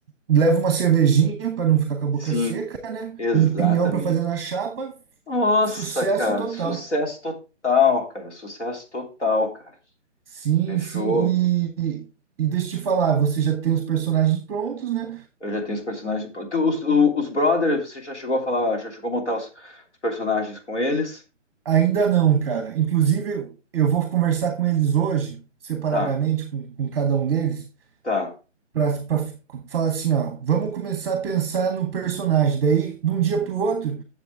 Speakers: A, on the right (about 20°); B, on the left (about 65°).
A: leva uma cervejinha para não ficar com a boca
B: sim,
A: seca,
B: exatamente.
A: um pinhão para fazer na chapa,
B: Nossa,
A: sucesso
B: cara,
A: total.
B: sucesso total, cara. Sucesso total, cara.
A: Sim,
B: Fechou.
A: sim. E, e e deixa eu te falar, você já tem os personagens prontos, né?
B: Eu já tenho os personagens. Tu- Os, o- os brothers, você já chegou a falar, já chegou a montar os, os personagens com eles?
A: Ainda não, cara. Inclusive, eu vou conversar com eles hoje, separadamente,
B: Tá,
A: com, com cada um deles,
B: tá.
A: para falar assim, ó, vamos começar a pensar no personagem. Daí, de um dia para o outro,